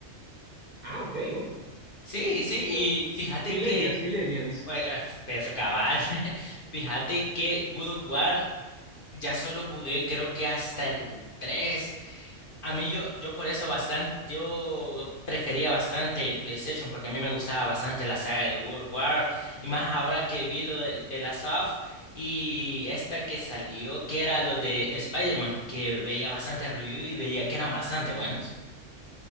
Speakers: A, on the right; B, on the left.
A: Ah, ok, bueno.
B: Sí, sí,
A: Somos
B: y fíjate
A: Millennials,
B: que
A: millennials.
B: Pues, eh, Perfecto, cabal. <laughs> Fíjate que Good of War ya solo jugué creo que hasta el tres A mí yo, yo por eso bastante, yo prefería bastante el PlayStation porque a mí me gustaba bastante la saga de God of War y más ahora que vi lo de, de la Soft y esta que salió que era lo de Spider-Man que veía bastante review y veía que eran bastante buenos.